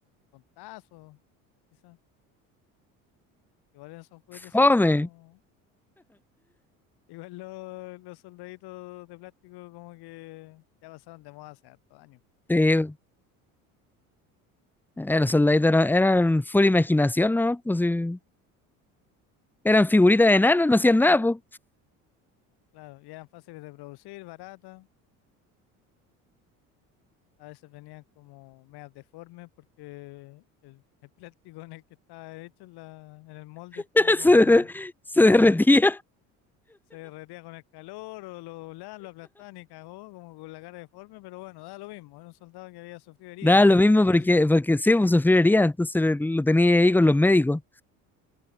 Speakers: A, on the left; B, in the centre.
A: con tazos, quizás. Igual esos juguetes
B: ¡Fome!
A: son como. Igual los, los soldaditos de plástico, como que ya pasaron de moda hace hartos años.
B: Sí, eh, los soldaditos eran, eran full imaginación, ¿no? Pues, sí. Eran figuritas de enanos, no hacían nada, pues.
A: Claro, y eran fáciles de producir, baratas. A veces venían como medias deformes porque el, el plástico en el que estaba hecho, en la, en el molde
B: <laughs>
A: estaba como
B: Se,
A: <laughs>
B: se
A: medio
B: derretía.
A: rancio. Se derretía con el calor o lo doblaban, lo aplastaban y cagó como con la cara deforme, pero bueno, da lo mismo. Era un soldado que había sufrido heridas,
B: Daba
A: ¿no?
B: lo mismo porque,
A: <laughs>
B: porque sí, pues sufriría, entonces lo tenía ahí con los médicos,